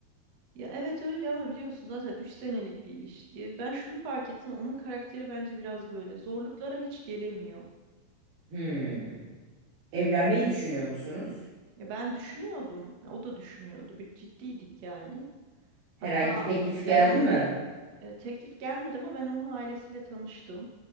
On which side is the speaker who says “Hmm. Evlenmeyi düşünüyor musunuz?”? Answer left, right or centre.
Right